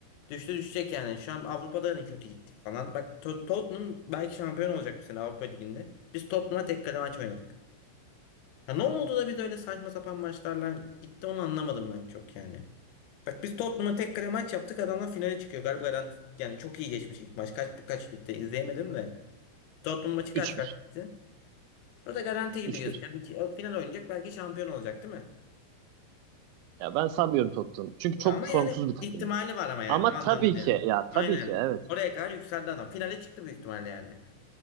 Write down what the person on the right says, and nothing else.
Üç
bir.
Üç
bir.
Ya ben sanmıyorum Tottenham. Çünkü
çok
formsuz bir takım.
Ama
tabii
ki
ya tabii
ki evet.